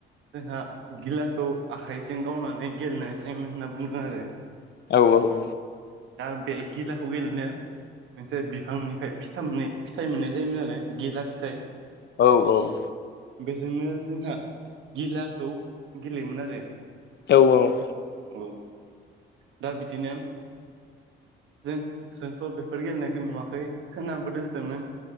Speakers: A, on the right; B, on the left.
A: जोंहा गिलाखौ आखाइजों गावनानै गेलेनाय जायोमोन होनना बुंदों आरो
B: औ औ औ
A: दा बे गिलाखौ गेलेनो मोनसे बिफांनिफ्राय <unintelligible> फिथाय मोननाय जायोमोन आरो गिला फिथाइ
B: औ औ औ
A: बेजोंनो जोंहा गिलाखौ गेलेयोमोन आरो
B: औ औ
A: औ दा बिदिनो जों जोंथ' बेफोर गेलेनायखौ नुवाखै खोनाबोदोंसोमोन